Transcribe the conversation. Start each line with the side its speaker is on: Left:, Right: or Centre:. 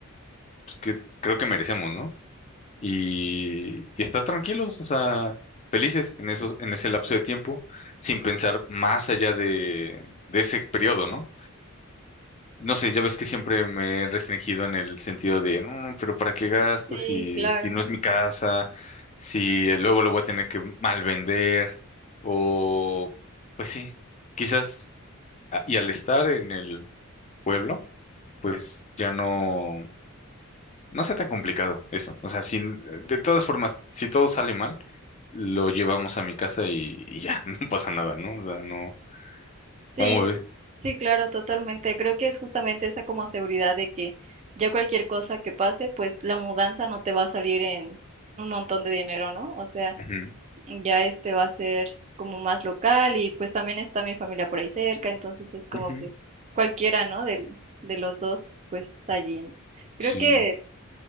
Left: pues, que creo que merecemos, ¿no? y, y estar tranquilos, o sea, felices en esos, en ese lapso de tiempo, sin pensar más allá de, de ese periodo, ¿no? No sé, ya ves que siempre me he restringido en el sentido de, no, pero ¿para qué gasto
Right: Sí,
Left: si,
Right: claro.
Left: si no es mi casa? Si eh, luego lo voy a tener que mal vender, o pues sí, quizás, a- y al estar en el pueblo, pues ya no. No sea tan complicado eso. O sea, sin, de todas formas, si todo sale mal, lo llevamos a mi casa y, y ya, <laughs> no pasa nada, ¿no? O sea, no.
Right: Sí,
Left: ¿Cómo ve?
Right: sí, claro, totalmente. Creo que es justamente esa como seguridad de que ya cualquier cosa que pase, pues la mudanza no te va a salir en un montón de dinero, ¿no? O sea,
Left: Ujú,
Right: ya este va a ser como más local y pues también está mi familia por ahí cerca, entonces es como
Left: ujú,
Right: que cualquiera, ¿no? Del- De, los dos, pues está allí. ¿no? Creo
Left: Sí,
Right: que